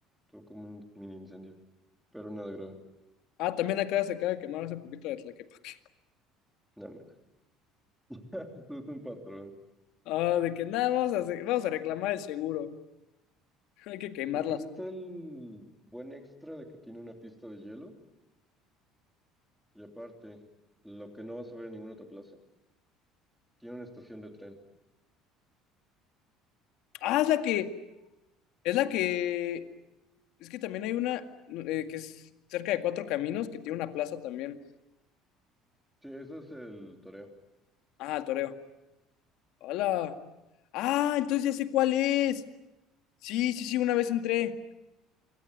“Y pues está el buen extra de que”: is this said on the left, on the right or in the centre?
Centre